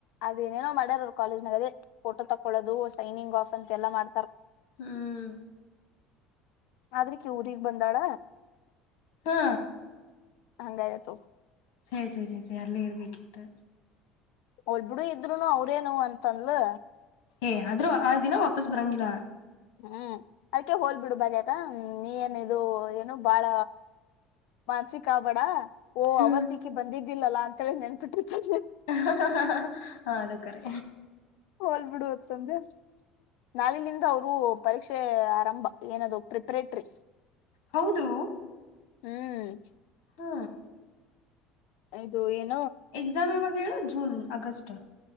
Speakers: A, on the left; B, on the left.
A: ಅದ ಏನೇನೋ ಮಾಡಾರ ಅವ್ ಕಾಲೇಜನಾಗದ ೋ ತಕೊೋದು ಸೈನಿಂಗ್ ಆಫ್ ಅಂತೆ ಎಲ್ಲ ಮಾಡ
B: ಹ್ಮ್
A: ಆದ್ರಕ್ಕೆ ಊಗ್ ಬಂದಾಳ
B: ಹಾ
A: ಹಂಗಾಯತ
B: ಸರಿ ಸರಿ ಸೇ ಸರಿ ಅಲ್ಲೇ ಇರ್ಬೇಕಕ್ಕಿತ್ತು
A: ಒಲ್ ಬಿಿಡು ಇದ್ರುನು ಅವ್ರೇನು ಅಂತಂದಲ
B: ಏ ಆದ್ರೂ ಆ ದಿನ ವಾಪಸ್ ಬರಂಗಿಲ್ಲ
A: ಹ್ಮ್ ಅದಕ್ಕೆ ಹೋಲ್ ಬಿಿಡು ಬ ಆತಾ ನೀ ಏನ್ ಇ ಏನು ಬಾಳ ಮಾನ್ಸಿಕ ಆ ಬೇಡ ಓ
B: ಹ್ಮ
A: ಅವತ್ತಿಗೆಿ ಬಂದಿದ್ದಿಲ್ಲಲಾ ಅಂತೇಳಿ ನೆನ್ಪಿಟ್ಟ
B: ಹ ಹ ಹ ಹ ಹ ಅದು ಕರೆ
A: ಹಲ್ ಬಿಿಡುುವತ್ತಂದೆ ನಾಲಿನಿಂದ ಅವರು ಪರೀಕ್ಷೆ ಆರಂಭ ಏನದು ಪ್ರಿಪರೇಟ್ರರಿ
B: ಹೌದು
A: ಹ್ಮ್
B: ಹ್ಮ
A: ಆಯದು ಏನ್
B: ಎಕ್ಸಾಮ ವೇರ ಜನ್ ಆಗಸ್ಟ್